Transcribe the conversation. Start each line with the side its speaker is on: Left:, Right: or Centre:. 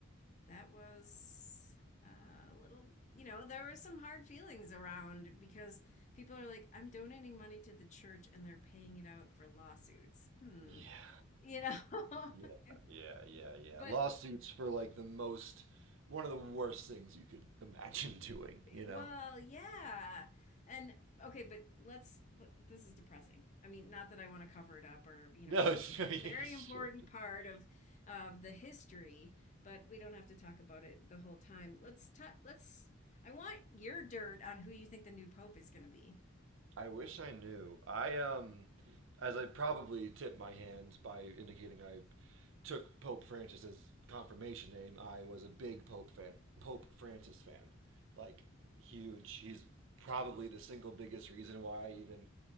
Left: that was uh, a little, you know, there were some hard feelings around because people are like, I'm donating money to the church and they're paying it out for lawsuits. Hmm.
Right: Yeah,
Left: You know,
Right: yeah,
Left: <laughs>
Right: yeah, yeah, yeah.
Left: but
Right: Lawsuits for like the most, one of the worst things you could imagine doing, you
Left: Well,
Right: know?
Left: yeah. And okay, but let's th- this is depressing. I mean, not that I want to cover it up or, you know,
Right: No, <laughs> sure,
Left: it's
Right: sure,
Left: a very important part of of the history, but we don't have to talk about it the whole time. Let's ta let's I want your dirt on who you think the new pope is going to be.
Right: I wish I knew. I um, as I probably tipped my hands by indicating I took Pope Francis's confirmation name. I was a big Pope fan, Pope Francis fan, like huge. He's probably the single biggest reason why I even